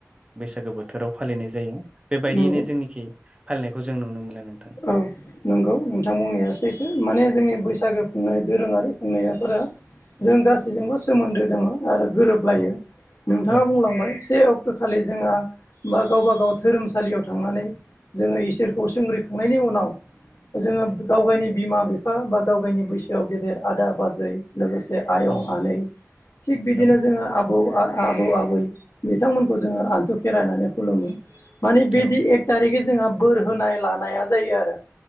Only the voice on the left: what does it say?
नंगौ
औ नंगौ नोंथां बुंनायासैथो माने जोंनि बैसागो खुंनाय दोरोङारि खुंनायाफोरा जों गासैजोंबो सोमोन्दो दङ आरो गोरोबलायो
नोंथाङा
बुंलांबाय से अक् सक्त' खालि जोंहा बा गावबाागाव धोरोमसालियाव थांनानै जोङो इसोरखौ संग्रि नायनि उनाव जोङो गावगायनि बिमा बिफा बा गावगायनि बैसोआव गेदेर आदा बाजै लोगोसे आयं
आनै थिग बिदिनो
जोङो आबौ आ आबौ आबै बिथांमोनखौ जोङो आन्थु खेरायनानै खुलुमो मानि बिदि
एक थारिकै जोंहा बोर होनाय लानाया जायो आरो